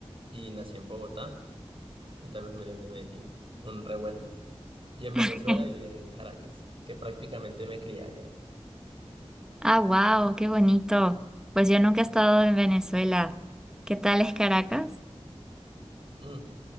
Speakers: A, on the right (about 55°); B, in the centre.
A: y nací en Bogotá y también familia es de Medellín, un revuelto. Y en Venezuela
B: <laughs>
A: y en Caracas, que prácticamente me crié allá.
B: Ah, wow, qué bonito. Pues yo nunca he estado en Venezuela. ¿Qué tal es Caracas?
A: Mm.